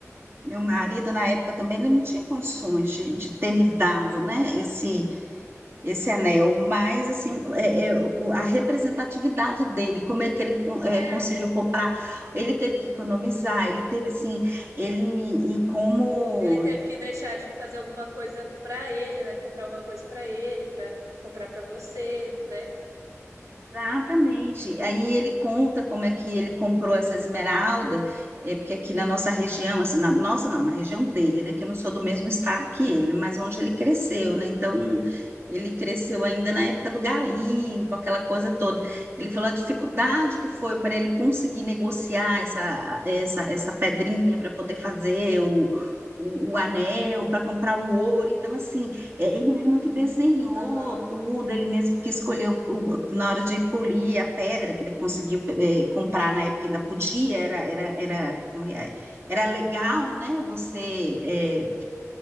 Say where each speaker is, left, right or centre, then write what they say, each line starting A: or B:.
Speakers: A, on the right; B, on the right.
A: meu marido na época também ele não tinha condições de, de ter me dado,
B: Aham.
A: né? Esse esse anel, mas assim é- é o- a representatividade dele, como é que ele con- é,
B: É,
A: conseguiu comprar? Ele teve que economizar, ele teve assim, ele e como
B: ele teve que deixar de fazer alguma coisa pra ele, né? Comprar alguma coisa pra ele, pra comprar pra você, né?
A: Exatamente. Aí ele conta como é que ele comprou essa esmeralda, é, porque aqui na nossa região, assim, na nossa não, na região dele, né? Que eu não sou do mesmo estado que ele, mas onde ele cresceu, né? Então ele cresceu ainda na época do garimpo, aquela coisa toda. Ele falou a dificuldade que foi para ele conseguir negociar essa, essa, essa pedrinha para poder fazer o, o, o anel, para comprar o ouro. Então, assim, é ele mesmo que desenhou
B: Aham,
A: tudo, ele mesmo que escolheu o- na hora de polir a pedra que ele conseguiu eh, comprar na época que ainda podia, era era era como é? era legal, né? Você eh,